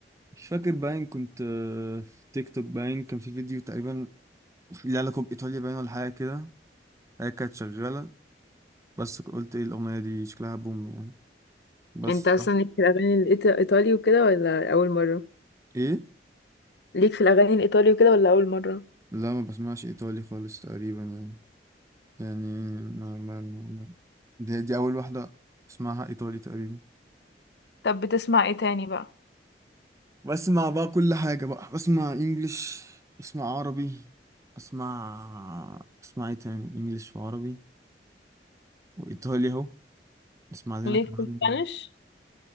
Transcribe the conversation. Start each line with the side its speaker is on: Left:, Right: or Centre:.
Right: مش فاكر باين كنت آه، في تيك توك باين كان في فيديو تقريبا ليه علاقه بايطاليا باين ولا حاجه كده هي كانت شغاله بس قلت ايه الاغنيه دي شكلها بوم يعني بس
Left: انت اصلا
Right: رحت-
Left: ليك في الاغاني الإيط- الايطالي وكده ولا اول مرة
Right: ايه
Left: ليك في الاغاني الايطالي وكده ولا اول مرة
Right: لا ما بسمعش ايطالي خالص تقريبا يعني يعني ما ما ما ما- دي, دي اول واحده اسمعها ايطالي تقريبا
Left: طب بتسمع ايه تاني بقى
Right: بسمع بقى كل حاجه بقى بسمع انجليش بسمع عربي بسمع اسمع ايه تاني انجليش وعربي وايطالي اهو بسمع لنا
Left: ليك
Right: كمان
Left: في الاسبانيش